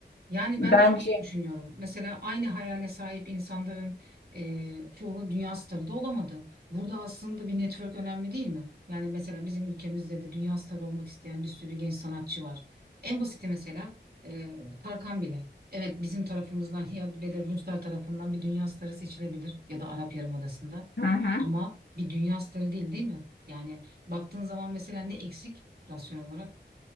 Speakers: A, on the right; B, on the left.
A: Yani
B: Bence
A: ben de şöyle düşünüyorum. Mesela aynı hayale sahip insanların e, çoğu dünya starı da olamadı. Burada aslında bir network önemli değil mi? Yani mesela bizim ülkemizde de dünya starı olmak isteyen bir sürü genç sanatçı var. En basiti mesela e, Tarkan bile. Evet bizim tarafımızdan <laughs> ya ve de Ruslar tarafından bir dünya starı seçilebilir ya da Arap Yarımadası'nda.
B: hı hı.
A: Ama bir dünya starı değil değil mi? Yani baktığın zaman mesela ne eksik rasyonel olarak?